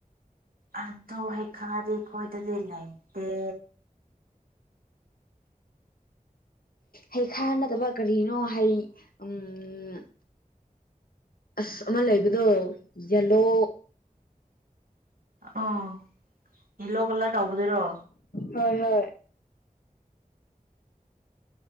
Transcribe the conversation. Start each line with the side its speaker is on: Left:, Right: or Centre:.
Right: ꯑꯗꯨ ꯍꯩꯈꯥꯗꯤ ꯑꯩꯈꯣꯏꯗꯗꯤ ꯂꯩꯇꯦ
Left: ꯍꯩ ꯈꯥ ꯅꯠꯗꯕ ꯀꯔꯤꯅꯣ ꯍꯩ ꯎꯝ ꯑꯁ ꯑꯃ ꯂꯩꯕꯗꯣ ꯌꯦꯂꯣ
Right: ꯑꯣ ꯌꯦꯂꯣ ꯀꯂꯔ ꯇꯧꯕꯗꯨꯔꯣ
Left: ꯍꯣꯏ ꯍꯣꯏ